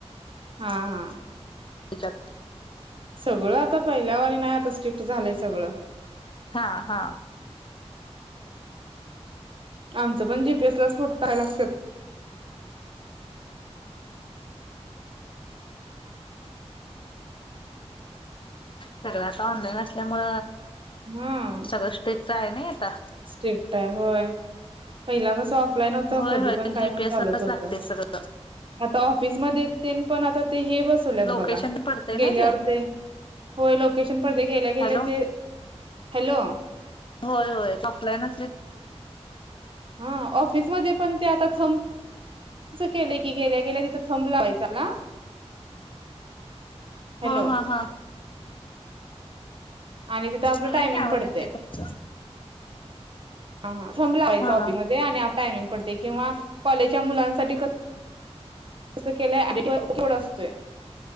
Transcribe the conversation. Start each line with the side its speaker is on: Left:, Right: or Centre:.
Right: हा हा.
Left: तेच्याात.
Right: सगळं आता पहिल्यावर आणि नाही आता स्ट्रिक्ट झालंय सगळं.
Left: हा हा.
Right: आमचं पण जीपीएस लाच फोटो टाकाय लागतात.
Left: सर्व आता ऑनलाईन असल्यामूळ
Right: हम्म
Left: से आहे नाही आता.
Right: स्ट्रिक्ट आहे होय पहिला कस ऑफ. ऑपलाईन होत
Left: होय
Right: कधी
Left: होय
Right: पण
Left: जीपीएस
Right: काय पण चालत
Left: लाच
Right: होत.
Left: लागतंय सगळं.
Right: आता ऑफिसमध्येध्ये येत पण आता ते हे बस. त
Left: लोकेशन
Right: बघा
Left: पण पडतंय नाही
Right: गेल्यावर
Left: ते.
Right: होय लोकेशन पडते गेल्या गेल्या
Left: हॅलो
Right: ते. हॅलो.
Left: होय होय ऑफलाईन
Right: हा ऑफिसमध्येध्ये पण ते आता थम केले की गेल्या गेल्या तिथ. थम लावायचा का हॅलो
Left: हो हा हा.
Right: आणि तिथं आपलं
Left: मला
Right: टायमिंग
Left: की आवाज
Right: पडतय,
Left: येतोय तुमचा.
Right: ह थम लावायचा
Left: हा हा
Right: ते आणि टायमिंग पडत्या किंवा कॉलेजच्या मुलांसाठी त केलंय कोड असतोय